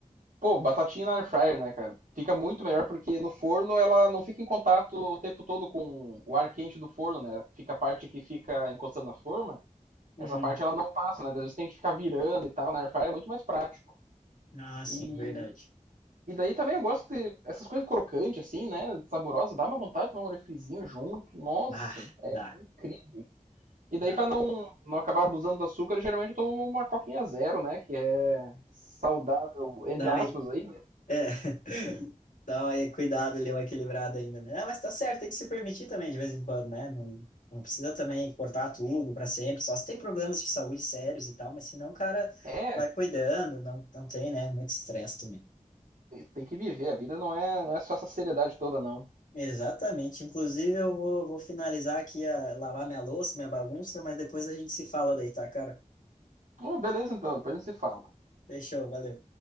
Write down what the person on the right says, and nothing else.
Pô, batatinha na air fryer, né, cara? Fica muito melhor porque no forno ela não fica em contato o tempo todo com o ar quente do forno, né? Fica a parte que fica encostando na forma,
essa parte ela não passa, né? Às vezes tem que ficar virando e tal, na air fryer é muito mais prático.
E,
e daí também eu gosto de essas coisas crocantes, assim, né? Saborosas, dá uma vontade de tomar um refrizinho junto. Nossa,
é
incrível. E daí,
pra não, não acabar abusando do açúcar, geralmente eu tomo uma coquinha zero, né? Que é saudável, entre
aspas,
aí, né?
É,
Tem que viver, a vida não é, não é só essa seriedade toda, não.
Oh, beleza, então, depois a gente se fala.